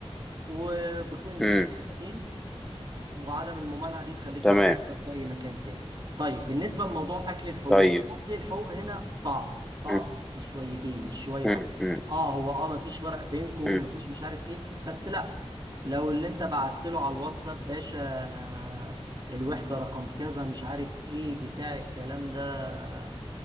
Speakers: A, on the right; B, in the centre.
A: وبتكون الفيزا
B: امم
A: سنتين وعدم الممانعة دي تخليك
B: تمام
A: تعرف تشتغل في أي مكان تاني طيب بالنسبة لموضوع أكل الحقوق
B: طيب
A: أكل الحقوق هنا صعب صعب
B: امم
A: شويتين مش شوية
B: امم
A: واحدة اه هو اه مفيش ورق بينكو
B: امم
A: مفيش مش عارف ايه بس لا لو اللي انت بعت له على الواتساب باشا انا الوحدة رقم كذا مش عارف ايه بتاع الكلام ده